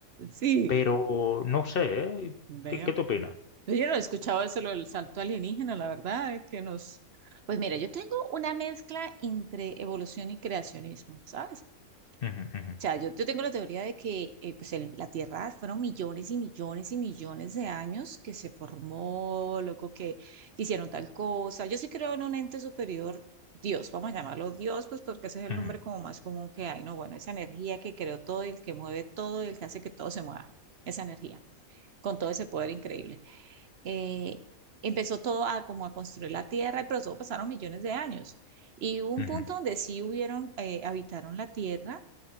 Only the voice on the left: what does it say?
Pero no sé, ¿eh?
¿Qué, qué te opinas?
Ujú, ujú,
ujú,
ujú,